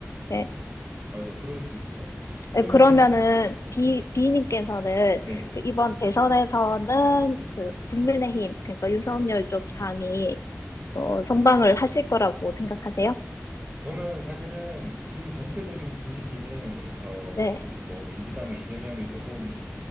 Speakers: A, on the right (about 30°); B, on the left (about 80°).
A: 음,
B: 예.
A: 맞아요. 그럴 수 있을 것 같아요. 그러면은,
B: 예, 그러면은
A: 네,
B: 비 비님께서는
A: 네네네.
B: 그 이번 대선에서는 그 국민의힘 그러니까 윤석열 쪽 당이 어, 선방을 하실 거라고 생각하세요?
A: 저는 사실은 지금 전체적인 분위기는, 어,
B: 네,
A: 좀 뭐, 민주당의 이재명이 조금